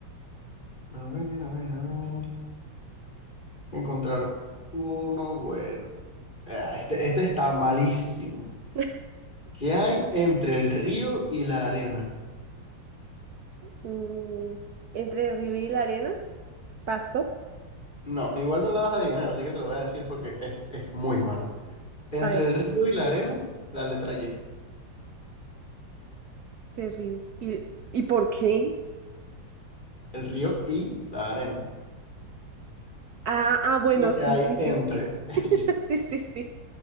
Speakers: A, on the left; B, on the right.
A: A ver, a ver, a ver. Encontrar uno bueno. Ah, este, este está malísimo.
B: <laughs>
A: ¿Qué hay entre el río y la arena?
B: Mm, entre el río y la arena. Pasto.
A: No, igual no la vas a adivinar, así que te lo voy a decir porque es, es muy mala. Entre
B: A ver.
A: el río y la arena, la letra Y.
B: Terrible. ¿Y, y por qué?
A: el río y la arena.
B: Ah, ah, bueno,
A: Es Lo que
B: sí,
A: hay
B: sí,
A: entre
B: sí, sí. <laughs>
A: ellos.
B: Sí, sí, sí.